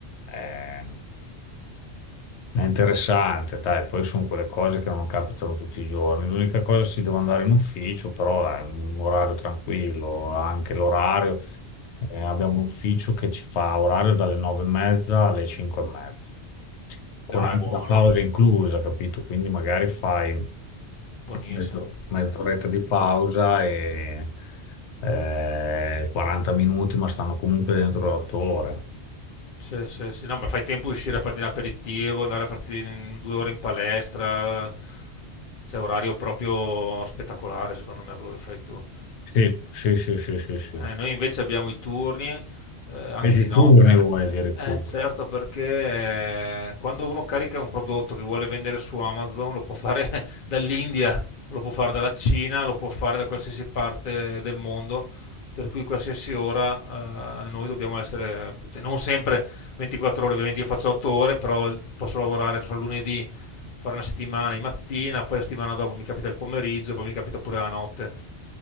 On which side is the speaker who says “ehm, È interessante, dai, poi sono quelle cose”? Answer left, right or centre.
Left